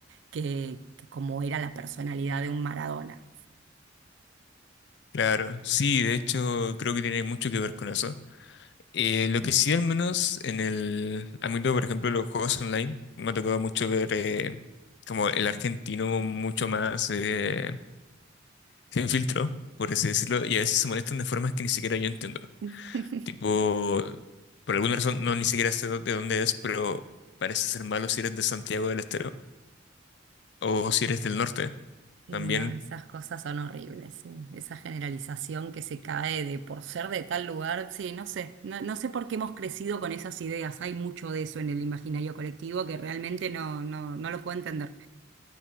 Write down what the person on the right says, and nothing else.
que, que como era la personalidad de un Maradona.
<laughs>
Sí,
no, esas cosas son horribles, sí. Esa generalización que se cae de por ser de tal lugar, sí, no sé, no, no sé por qué hemos crecido con esas ideas. Hay mucho de eso en el imaginario colectivo que realmente no, no, no lo puedo entender.